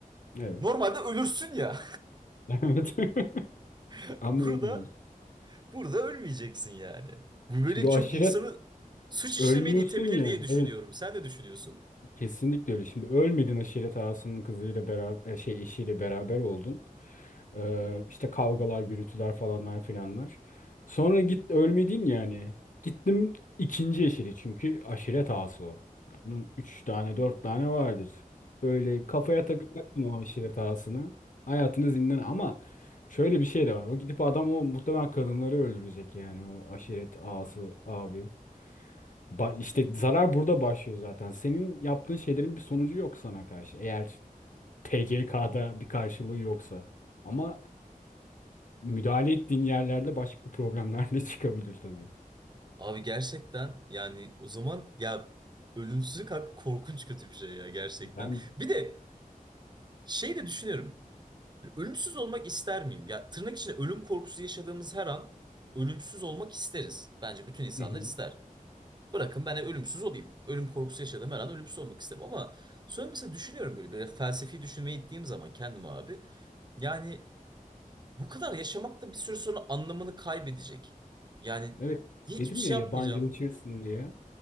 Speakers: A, on the left (about 60°); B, on the right (about 30°).
A: Evet.
B: Normalde ölürsün ya.
A: <laughs> Evet.
B: <laughs>
A: Ama
B: Burada
A: ölmüyorsun.
B: burada ölmeyeceksin yani. Bu böyle
A: Şimdi o
B: çok
A: aşiret
B: insanı suç
A: ölmüyorsun
B: işlemeye de itebilir
A: ya.
B: diye düşünüyorum.
A: Evet,
B: Sen de düşünüyorsun.
A: kesinlikle öyle. Şimdi ölmedin aşiret ağasının kızıyla beraber e, şey eşiyle beraber oldun. Ee, işte kavgalar, gürültüler falanlar filanlar. Sonra git ölmedin yani. Gittim ikinci eşili çünkü aşiret ağası o. Ya onun üç tane dört tane vardır. Böyle kafaya takacaksın o aşiret ağasını. Hayatını zindan ama şöyle bir şey de var. O gidip adam o muhtemelen kadınları öldürecek yani o aşiret ağası abi. Ba işte zarar burada başlıyor zaten. Senin yaptığın şeylerin bir sonucu yok sana karşı. Eğer TCK'da bir karşılığı yoksa. Ama müdahale ettiğin yerlerde başka problemler de çıkabilir tabii.
B: Abi gerçekten yani o zaman ya ölümsüzlük abi korkunç kötü bir şey ya gerçekten.
A: Ben
B: Bir de şey de düşünüyorum. Ölümsüz olmak ister miyim? Ya tırnak içinde ölüm korkusu yaşadığımız her an ölümsüz olmak isteriz. Bence bütün insanlar
A: Hı hı.
B: ister. Bırakın ben de ölümsüz olayım. Ölüm korkusu yaşadığım her an ölümsüz olmak isterim ama sonra mesela düşünüyorum böyle böyle felsefi düşünmeye gittiğim zaman kendime abi. Yani bu kadar yaşamak da bir süre sonra anlamını kaybedecek. Yani
A: evet
B: hiçbir
A: dedim
B: şey
A: ya
B: yapmayacağım.
A: yabancılaşırsın diye.